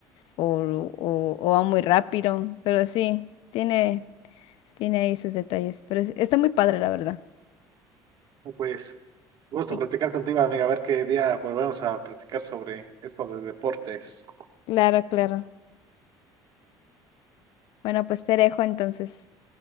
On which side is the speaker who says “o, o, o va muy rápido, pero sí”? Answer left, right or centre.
Left